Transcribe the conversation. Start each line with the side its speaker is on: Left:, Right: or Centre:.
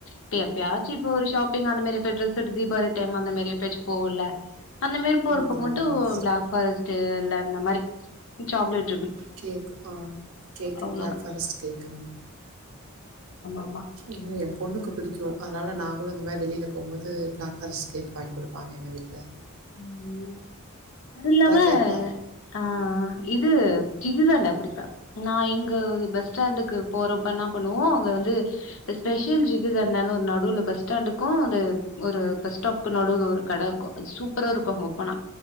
Left: இப்பப்பயாச்சு இப்போ ஒரு ஷாப்பிங்அந்த மாரிய போய் ட்ரெஸ் எடுத்து தீபாலி டைம் அந்த மாரி எப்பையாசு போவோம்ல அந்த மாரி போறப்ப
Right: ம் ஆமாம்
Left: மட்டு
Right: சிஸ்டர்
Left: பிளாக் ஃபாரஸ்ட்டு ல்ல இந்த மாரி சாக் லேட்
Right: கேக்கு ஆ கேக் ப
Left: அவ்ளோதா
Right: பிளாக் ஃபாரெஸ்ட் கேக்
Left: ஆமா
Right: இல்ல எ பொண்ணுக்கு பிடிக்கு அதனால நாங் பொதுவா இந்தமாரி வெளில போம்போது நா பாரஸ் கேக் வாங்கி குடுப்பங்க எங்க வீ ந
Left: ஆ உன்ன அது இல்லாம
Right: கேப்பா
Left: ஆ இது கிகிதாண்ட குடிப்பே நா இங் கோ அது பஸ் ஸ்டாண்டுக்கு போற அப்ப என்னா பண்ணுவோ அங்க வந்து ஸ்பெஷல் ஜிகர்தாண்டனு பஸ் ஸ்டாண்டுக்கும் இது ஒரு பஸ்டாப்க்கு நடுவுல ஒரு கட இருக்கு சூப் ப்பறா இருக்கு ஓப்பனா